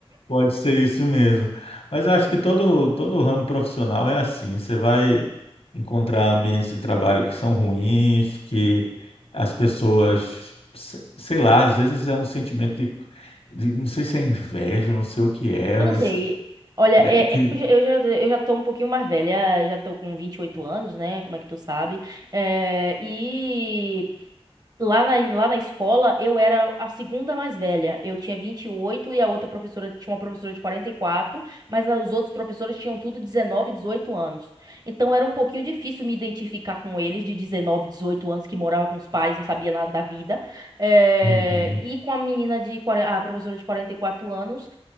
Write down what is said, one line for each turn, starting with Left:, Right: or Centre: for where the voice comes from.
Left: Pode ser isso mesmo. Mas eu acho que todo, todo ramo profissional é assim. Você vai encontrar ambientes de trabalho que são ruins, que as pessoas, se- sei lá, às vezes é um sentimento de, de- não sei se é inveja, não sei o que é,
Right: Eu
Left: mas
Right: não sei. Olha,
Left: é
Right: é,
Left: que.
Right: eu, já, eu já eu já tô um pouquinho mais velha, já tô com 28 anos, né? Como é que tu sabe? É, e lá na, lá na escola eu era a segunda mais velha. Eu tinha vinte e oito e a outra professora tinha uma professora de quarenta e quatro mas a- os outros professores tinham tudo 19 18 anos. Então era um pouquinho difícil me identificar com eles de 19 18 anos que morava com os pais, não sabia nada da vida. É,
Left: Uhum.
Right: e com a menina de, 40 a professora de 44 anos.